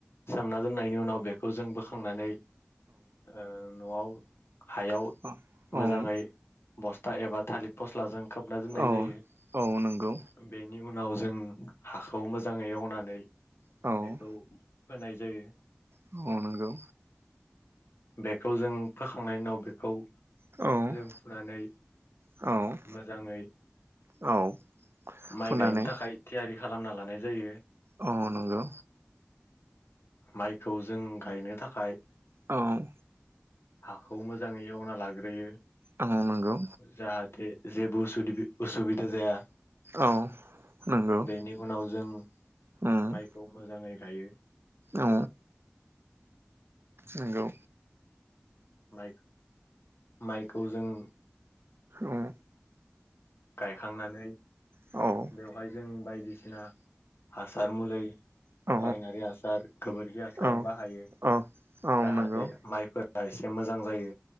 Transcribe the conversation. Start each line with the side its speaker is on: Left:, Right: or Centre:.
Left: सोमना दोननायनि उनाव बेखौ जों बोखांनानै ओ न'आव हायाव
Right: औ
Left: मोजाङै
Right: औ
Left: बस्था एबा थालिर फस्लाजों खोबना दोननाय
Right: औ
Left: जायो
Right: औ नंगौ
Left: बेन नि उनाव जों हाखौ मोजाङै एवनानै
Right: औ
Left: बेखौ फोनाय जायो।
Right: औ नंगौ
Left: बेखौ जों फोखांनायनि उनाव बेखौ
Right: औ
Left: जों फुनानै
Right: औ
Left: मोजाङै
Right: औ
Left: माइ
Right: फुनानै
Left: गायनो थाखाय थियारि खालामना लानाय जायो।
Right: अ नंगौ।
Left: माइखौ जों गायनो थाखाय
Right: औ
Left: हाखौ मोजाङै एवना लाग्रोयो।
Right: अ नंगौ।
Left: जाहाथे जेबो असुदिबि असुबिदा जाया
Right: औ नंगौ
Left: बेनि उनाव जों
Right: उम
Left: माइखौ मोजाङै गायो।
Right: औ नंगौ।
Left: माइ माइखौ जों
Right: औ।
Left: गायखांनानै
Right: औ
Left: बेवहाय जों बायदिसिना हासार मुलै
Right: औ
Left: रायनारि हासार गोबोरखि हासार
Right: औ
Left: बाहायो
Right: औ औ
Left: जाहाथे
Right: नंगौ
Left: माइफोर रा एसे मोजां जायो।